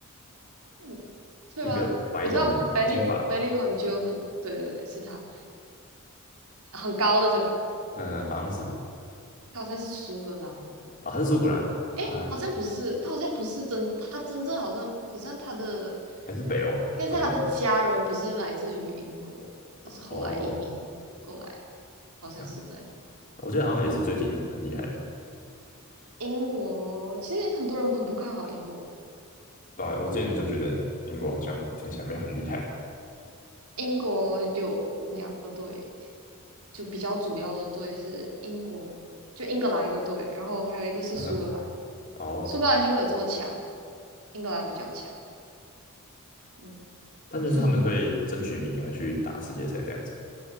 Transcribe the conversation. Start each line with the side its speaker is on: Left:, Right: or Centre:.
Right: 嗯
Left: 一个白人金发，
Right: 对吧？我知道 Belling Bellingham 就很，对对对，是他，很高的对吧？
Left: 嗯、好像是
Right: 他好像是苏格兰的人，
Left: 啊，他是苏格兰啊，
Right: 诶，
Left: 啊
Right: 好像不是，他好像不是真，他真正好像好像他的
Left: 还是北欧啊？
Right: 应该是他的家人不是来自于英国，
Left: 我有点忘了。哦，
Right: 他是后来移民过来的，好像是这样。
Left: 这样，我记得好像也是最近很厉害嘛。
Right: 英国其实很多人很不看好英国。
Left: 对啊我之前就觉得英国好像听起来没有很厉害。
Right: 英国有两个队，就比较主要的队是英国，就英格兰一个队，然后还有一个是苏格兰，
Left: 嗯哼，哦，
Right: 苏格兰就没有这么强，英格兰比较强。嗯，
Left: 但就是他们会争取名额去打世界赛这样子。
Right: <laughs>